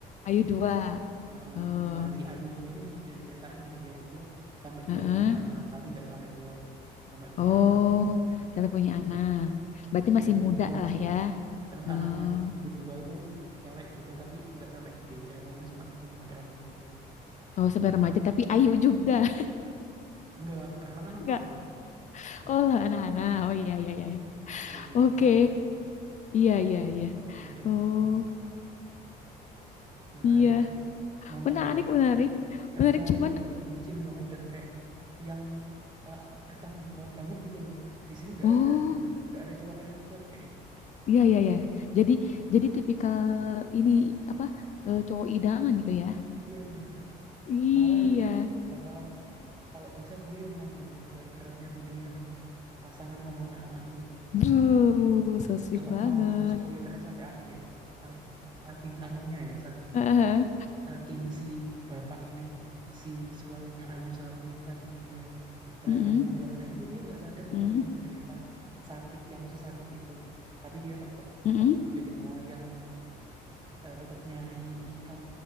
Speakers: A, on the left; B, on the right.
A: Ayu dua.
B: Heeh.
A: Oh,
B: Nah, si Ayu dua ini diceritain dari dia kecil sampai
A: heeh.
B: dia punya anak, tapi nggak sampai tua banget, sampai punya
A: Oh,
B: anak tuh.
A: sampai punya
B: Ya.
A: anak. Berarti masih
B: Nah, itu
A: muda
B: itu aja.
A: lah ya.
B: Terus
A: Oh,
B: anaknya si Ayu dua itu cewek juga tapi nggak sampai gede. Ceritanya cuma cuma sampai remaja gitu.
A: oh sampai remaja tapi Ayu juga.
B: Enggak, karena
A: <laughs>
B: kan anak-anak.
A: Enggak.
B: Enggak.
A: Oh lah anak-anak. Oh iya iya iya. iya.
B: ya jadi
A: Oke.
B: empat itu
A: Iya iya iya.
B: Wah, ayo di
A: Oh
B: tengah menarik
A: iya.
B: nggak tuh nonton
A: Menarik
B: deh kak
A: menarik.
B: coba terus
A: Menarik
B: cowoknya
A: cuman.
B: juga bucin banget dan kayak yang eh, bertanggung jawab banget gitu loh di sini nggak
A: Oh.
B: ada nggak ada cowok red flag kayaknya
A: Iya, iya, iya. Jadi, jadi tipikal ini apa eh, cowok idaman gitu ya?
B: iya bener
A: Iya.
B: malah yang Iya. kayak bakalan kalau bisa dia yang nanggung beba- beratnya dunia demi pasangan sama anak-anaknya gitu loh
A: Duh, so sweet
B: kalau
A: banget.
B: mau ku spoiler sampai akhir ya sam- saking anunya ya saking
A: Heeh.
B: saking si bapak ini si suaminya Ayu satu ini saking dia perhatian
A: Mm-mm,
B: sama keluarganya tuh dia nggak sadar kalau
A: mm,
B: dia menderita sakit yang sesakit itu tapi dia tetap
A: mm-mm,
B: tetap jadi nelayan tetap eh, tetap nyari ikan